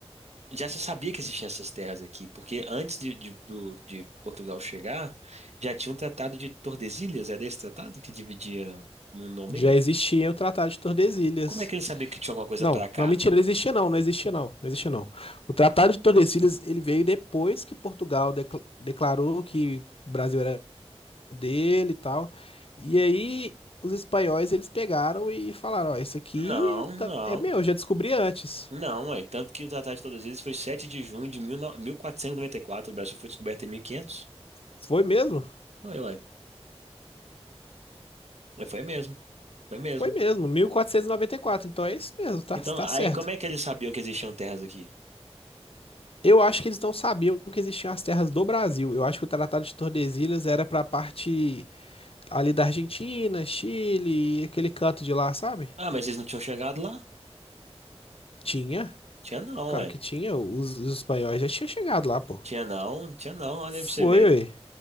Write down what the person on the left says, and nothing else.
Já existia o Tratado de Tordesilhas,
Não,
não, mentira, não existia não, não existia não, não existia não. O Tratado de Tordesilhas, ele veio depois que Portugal decla- declarou que o Brasil era dele e tal. E aí os espanhóis, eles pegaram e falaram, ó, esse aqui
tá-
é meu, eu já descobri antes.
Foi mesmo?
Foi mesmo, mil quatrocentos e e noventa e quatro. então é isso mesmo, tá,
tá
certo.
Eu acho que eles não sabiam que existiam as terras do Brasil. Eu acho que o Tratado de Tordesilhas era pra parte ali da Argentina, Chile, aquele canto de lá, sabe?
Tinha,
claro
que tinha. Os, os espanhóis já tinham chegado lá, pô.
Foi,
ué.